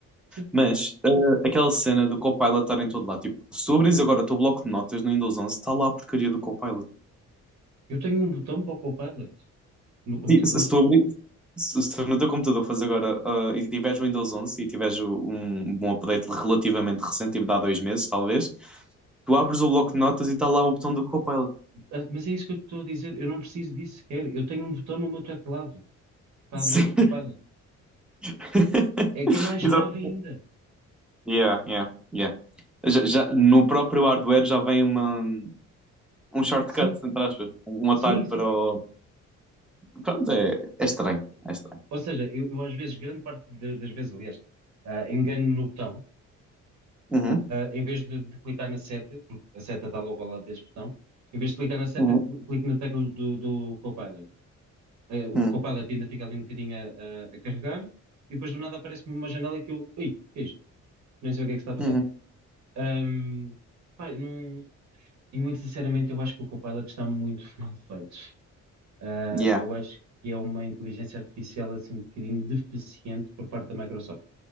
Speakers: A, on the right; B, in the centre.
A: Sim.
B: mas ah, aquela cena do Copilot estar em todo lado, tipo, se tu abris agora o teu bloco de notas no Windows onze está lá a porcaria do Copilot.
A: Eu tenho um botão para o Copilot no computador.
B: Ti- Se se tu abri- Se, se tu no teu computador fores agora ah, e tiveres o Windows onze e tiveres o- um, um update relativamente recente, tipo de há dois meses, talvez, tu abres o bloco de notas e está lá o botão do Copilot.
A: Ah, Mas é isso que eu estou a dizer. Eu não preciso disso sequer. Eu tenho um botão no meu teclado para
B: Sim.
A: abrir o Copilot.
B: <laughs>
A: É que é mais
B: Exato.
A: grave ainda.
B: Yeah, yeah, yeah. Já, já- no próprio hardware já vem uma, um shortcut,
A: Sim,
B: entre aspas, um
A: sim,
B: atalho
A: sim.
B: para o. Pronto, é, é estranho. É estranho.
A: Ou seja, eu, eu às vezes, grande parte de- das vezes, aliás, ah, engano-me no botão.
B: Uhum,
A: em vez de, de clicar na seta, porque a seta está logo ao lado desse botão, em vez de clicar na seta,
B: uhum,
A: cl- clico na tecla do, do Copilot. Eh, o
B: uhum,
A: Copilot ainda fica ali um bocadinho a, a- a carregar, e depois do nada aparece-me uma janela que eu, ui, o que é isto? Nem sei o que é que está a passar.
B: uhum.
A: Ahm, pá, não- e muito sinceramente, eu acho que o Copilot está muito <laughs> mal feito. Ah,
B: Yeah.
A: eu acho que é uma inteligência artificial assim um bocadinho deficiente por parte da Microsoft.